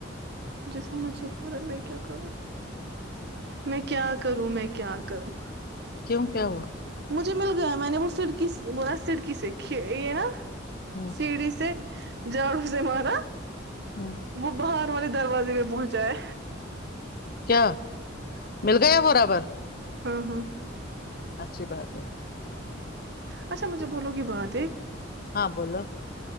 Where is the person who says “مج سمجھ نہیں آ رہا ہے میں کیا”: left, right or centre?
Right